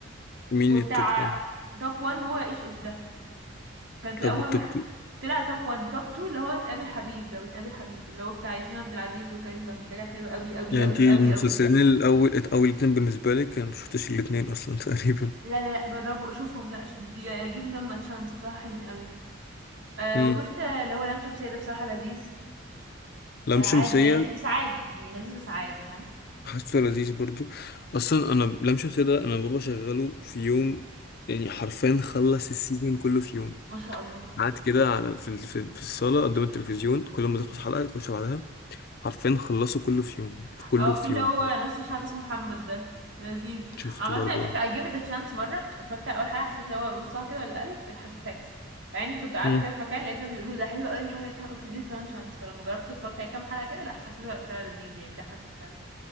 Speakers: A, on the left (about 50°); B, on the right (about 65°).
A: مين
B: وبتاع
A: التوب وان
B: توب 1 هو ايش ايش ده كان في الاول
A: طب والتوب
B: من ح...
A: تو
B: طلع توب 1 توب 2 اللي هو تقابل حبيب ده وتقابل حبيب اللي هو بتاع ياسمين عبد العزيز وكريم فهمي ده كان حلو قوي قوي
A: يعني
B: قوي
A: انت المسلسلين
B: قوي قوي
A: الأول أول اتنين بالنسبة لك أنا مشفتش الاتنين أصلا <laughs> تقريبا
B: لا لا لا جربوا شوفهم لا جيفن ذم ا تشانس بصراحة حلوين قوي آه
A: مم.
B: وشفت آه، اللي هو لام شمسية ده بصراحة لذيذ
A: لام
B: آه عادي
A: شمسية
B: يعني بس عادي يعني لذيذ بس عادي فاهم
A: حاسه لذيذ برضو أصلا أنا لام شمسية ده أنا بابا شغله في يوم يعني حرفيا خلص السيزون كله في يوم
B: ما شاء الله
A: قعد كده على في, في, في الصالة قدام التلفزيون كل ما تخلص حلقة يخش بعدها عارفين خلصوا كله في يوم كله
B: اه
A: في
B: في اللي
A: يوم
B: هو نص الشعب اسمه محمد ده لذيذ
A: شفته
B: عامة
A: برضو
B: على فكرة
A: اه
B: I gave it a chance مرة اتفرجت على أول حلقة حسيت اللي هو نصها كده ولا أقل حسيت فاكس يعني كنت قاعدة
A: مم.
B: كده في مكان لقيت ناس بيقولوا ده حلو قوي مش عارفة ايه قلت دي كمان شانس فلما جربت اتفرجت على كام حلقة كده لا حسيت وقتها لذيذ يعني بيضحك وبتاع